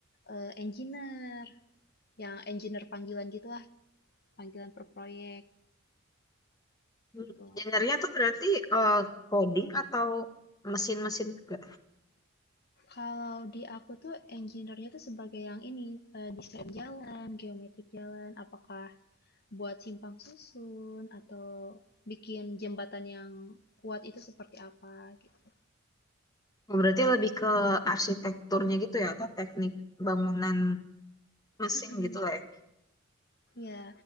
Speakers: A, on the left (about 50°); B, on the left (about 20°).
A: eh, engineer, yang engineer panggilan gitulah, panggilan per proyek
B: Hmm,
A: tuh.
B: Engineer-nya tuh berarti eh, coding atau mesin-mesin juga.
A: Kalau di aku tuh engineer-nya tuh sebagai yang ini, eh, desain jalan, geometrik jalan, apakah buat simpang susun atau bikin jembatan yang kuat itu seperti apa gitu.
B: Oh, Berarti lebih ke arsitekturnya gitu ya atau teknik bangunan mesin
A: Mm-mm.
B: gitu lah ya.
A: ya